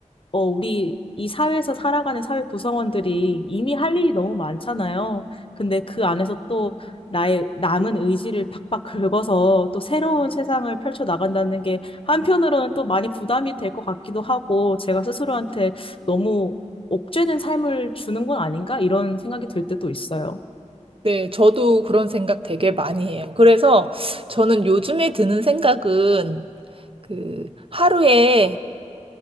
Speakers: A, on the left; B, on the right.
A: 어, 우리 이 사회에서 살아가는 사회 구성원들이 이미 할 일이 너무 많잖아요. 근데 그 안에서 또 나의 남은 의지를 박박 긁어서 또 새로운 세상을 펼쳐 나간다는 게 한편으로는 또 많이 부담이 될 것 같기도 하고 제가 스스로한테 너무 옥죄는 삶을 주는 건 아닌가? 이런 생각이 들 때도 있어요.
B: 네, 저도 그런 생각 되게 많이 해요. 그래서 저는 요즘에 드는 생각은 그 하루에